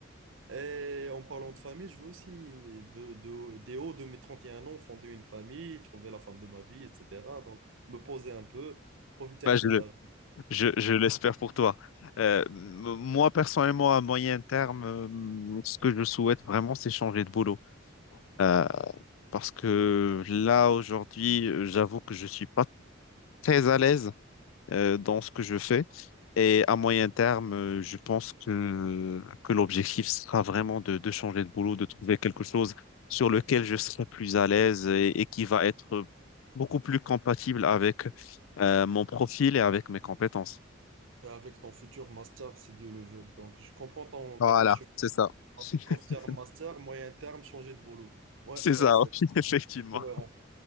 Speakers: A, on the right; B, on the left.
A: Et en parlant de famille, je veux aussi, de, de- dès haut de mes 31 ans, fonder une famille, trouver la femme de ma vie, etc. Donc, me poser un peu, profiter
B: Bah,
A: un
B: je,
A: peu
B: le-
A: de la
B: je, je l'espère pour toi. Euh, m- moi, personnellement, à moyen terme, euh, ce que je souhaite vraiment, c'est changer de boulot. Euh, parce que là, aujourd'hui, euh, j'avoue que je suis pas très à l'aise euh, dans ce que je fais. Et à moyen terme, euh, je pense que, que l'objectif sera vraiment de, de changer de boulot, de trouver quelque chose sur lequel je serai plus à l'aise et, et qui va être beaucoup plus compatible avec euh, mon profil et avec mes compétences.
A: Et avec ton futur master, si Dieu le veut. Donc, je comprends ton,
B: Voilà,
A: ton acheminement.
B: c'est ça. <laughs>
A: Court terme master, moyen terme, changer de boulot. Ouais,
B: C'est ça,
A: ouais, c'est
B: oui, <laughs> effectivement.
A: cohérent.